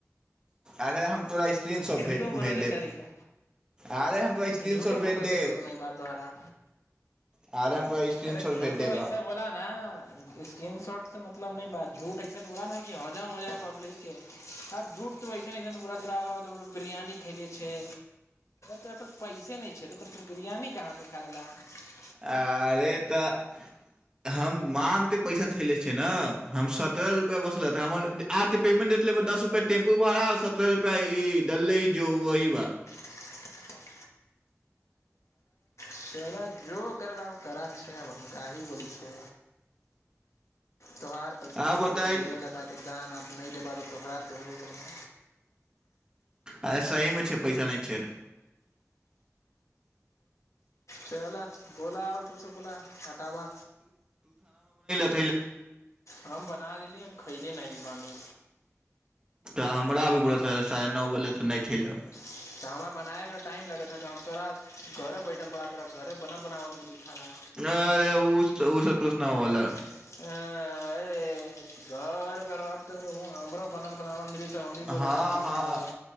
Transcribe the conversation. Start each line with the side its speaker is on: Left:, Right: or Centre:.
Right: अरे हम तोरा स्क्रीन शॉट
Left: झूठो बोलऽके
Right: भेज देब
Left: तारिका
Right: अरे हम तोरा स्क्रीन
Left: झूठो
Right: शॉट
Left: बोलो
Right: भेज देब
Left: गेल लर न बात तोहरा
Right: आरे हम तोरा स्क्रीन
Left: अरे
Right: शॉट
Left: झूठो
Right: भेज देब
Left: ऐसा बोला ना स्क्रीन शॉट से मतलब न बा झूठ ऐसन बोला ना कि हजम हो जाय पब्लिक के आ झूठ तऽ अइसन अइसन बोलता गुलाके बिरयानी खले छै तह पैसे नहि छै तऽ कह बिरयानी कहाँसँ खा लेलह
Right: आरे तऽ हम मान ते पैसा ले छियै ने हम सत्ररह रुपआ बसल हमर आ त पेमेंट दस रुपआ टेम्पू भाड़ा सत्रह रुपआ ई डले ह जोही बा
Left: हँ सजो कर ला करै छै आब का ही बोलै छ तोहार पैसा
Right: आउ
Left: से
Right: बताय
Left: तोरा
Right: अरे
Left: देबे लगा तऽ दान नहि देबहो तो तोहरा तो होे देना
Right: अरे सहीमे छै पैसा नहि छै
Left: चल बोला आ किछो बोला हटाबा
Right: खइल
Left: हम बना लेली हम खयली नहि बानि
Right: तऽ हमरा भी ब साढ़े साढ़े नौ बजे तऽ नहि थेल‌औ
Left: तऽ हमरा बनाबे मे टाइम लगे छै त हम तोरा घरे बैठल पड़ा तोरा घरे बनल बनावल मिली खाना
Right: अरे उस उ स तूस न होलै
Left: आ ए घर रहब त रौआ हमरो बनल बनावल मिली त हम भी
Right: हँ
Left: बोलब कि किछु
Right: हँ
Left: न गै